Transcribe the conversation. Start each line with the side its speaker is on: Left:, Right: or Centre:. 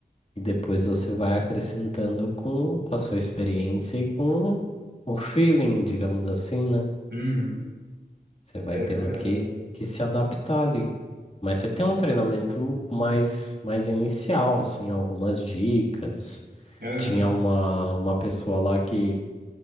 Left: e depois você vai acrescentando com, com a sua experiência e com o feeling, digamos assim, né?
Right: Uhum.
Left: Você vai
Right: É
Left: tendo
Right: verdade.
Left: que, que se adaptar ali. Mas você tem um treinamento mais, mais inicial, assim, algumas dicas.
Right: Aham.
Left: Tinha uma, uma pessoa lá que,